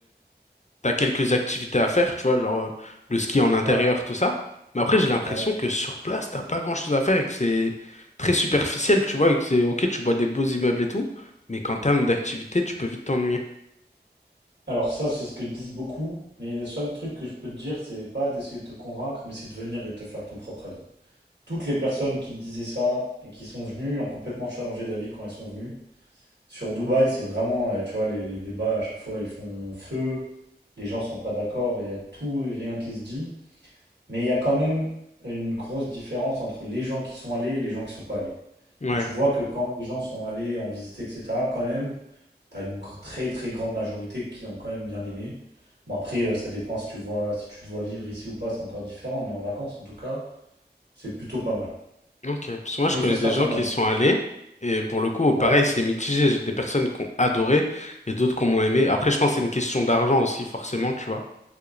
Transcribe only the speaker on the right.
ouais, ouais,
ouais.
Alors ça, c'est ce que disent beaucoup, mais le seul truc que je peux te dire, c'est pas d'essayer de te convaincre, mais c'est de venir et de te faire ton propre avis. Toutes les personnes qui disaient ça et qui sont venues ont complètement changé d'avis quand elles sont venues. Sur Dubaï, c'est vraiment, euh, tu vois, les, les débats à chaque fois, ils font feu, les gens sont pas d'accord, il y a tout et rien qui se dit. Mais il y a quand même une grosse différence entre les gens qui sont allés et les gens qui sont pas allés.
Et tu vois que quand les gens sont allés en visiter, etc., quand même, tu as une gr- très très grande majorité qui ont quand même bien aimé. Bon après, euh, ça dépend si tu vois, si tu te vois vivre ici ou pas, c'est encore différent, mais en vacances, en tout cas, c'est plutôt pas mal.
Mais
il faut se
faire
son
avis.
Ouais.